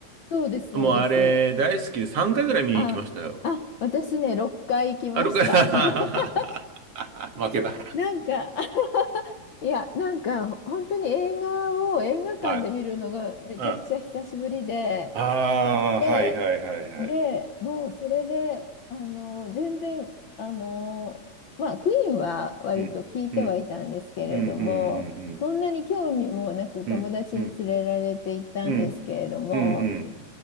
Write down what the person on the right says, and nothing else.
もうあれ大好きで3回ぐらい見に行きましたよ。
あるから
<laughs> 負けた。
<laughs> はい。うんああ、
はいはいはいはい。
うん、うん、うん、うん、
うん、うん、うん、うん、うん、うん。